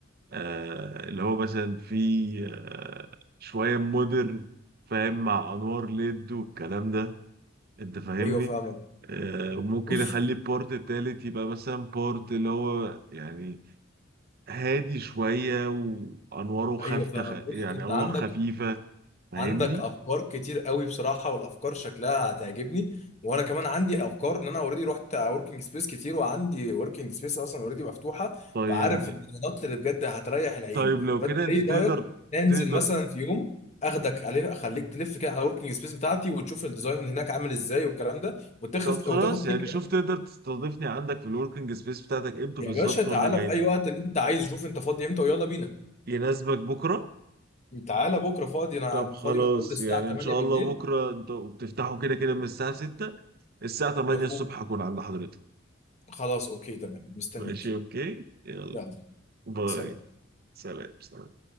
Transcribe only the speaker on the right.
آه اللي هو مثلا فيه آه شوية مودرن فاهم مع أنوار ليد والكلام ده أنت فاهمني؟
آه، ممكن
اخلي البورت التالت يبقى مثلا بورت اللي هو يعني هادي شوية وأنواره خافتة
خ... يعني
أنوار
خفيفة فاهمني؟
طيب
طيب لو
كده أنت
تقدر
تقدر
طب خلاص
يعني
شوف تقدر تستضيفني عندك في الوركينج سبيس بتاعتك امتى
بالظبط
وأنا جاي
لك
يناسبك بكرة؟
طب خلاص
يعني
إن شاء
الله بكرة أنتوا بتفتحوا كده كده من الساعة 6 الساعة 8
الصبح هكون عند حضرتك
ماشي أوكي؟ يلا
باي
سلام سلام